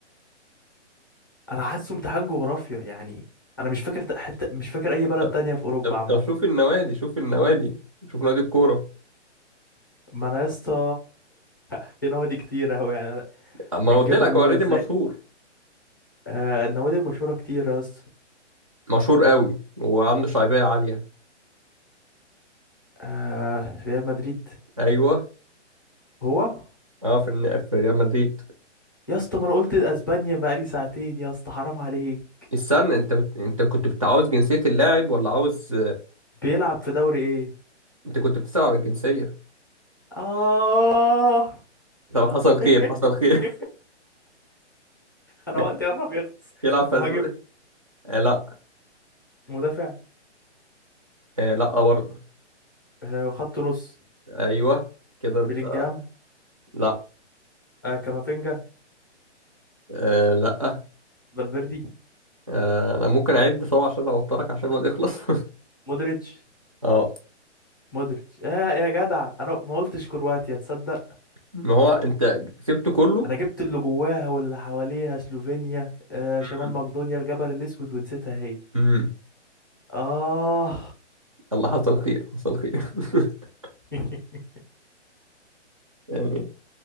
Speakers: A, on the left; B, on the right.
A: أنا حاسه امتحان جغرافيا يعني أنا مش فاكر ت- حتى مش فاكر أي بلد
B: طب
A: تانية في أوروبا
B: طب
A: عامة
B: طب شوف النوادي شوف النوادي شوف نادي الكورة
A: ما أنا يا اسطى <laughs> في نوادي كتير أوي يعني أنا
B: ما
A: بنجيبها
B: انا قلت لك
A: اللي
B: هو
A: هو
B: نادي
A: إزاي
B: مشهور
A: آه النوادي المشهورة كتير يا اسطى
B: مشهور قوي وعنده شعبية عالية
A: آه ريال مدريد
B: ايوه
A: هو
B: اه في الن- في ريال مدريد
A: يا اسطى ما انا قلت اسبانيا بقالي ساعتين يا اسطى حرام عليك
B: استنى انت بت... انت كنت بتعاوز جنسية اللاعب ولا عاوز
A: بيلعب في دوري ايه
B: انت كنت بتسأل على الجنسية
A: اه
B: طب حصل
A: <laughs>
B: خير حصل خير
A: انا
B: <laughs>
A: وقتي قرب يخلص
B: يلعب في
A: مهاجم
B: اسبانيا آه لا
A: مدافع
B: آه لا برضه
A: آه خط نص
B: ايوه كده انت
A: بلينجهام
B: لا
A: آه كامافينجا
B: آه لا
A: فالفيردي
B: آه انا ممكن اعد طبعا عشان اوترك عشان الوقت يخلص <laughs>
A: مودريتش
B: اه
A: مودريتش آه يا جدع انا ما قلتش كرواتيا تصدق
B: ما هو انت سبته كله
A: انا جبت اللي جواها واللي حواليها سلوفينيا آه
B: مم.
A: شمال مقدونيا الجبل الاسود ونسيتها هي
B: مم.
A: اه
B: الله حصل خير حصل خير <laughs>
A: <laughs>
B: يعني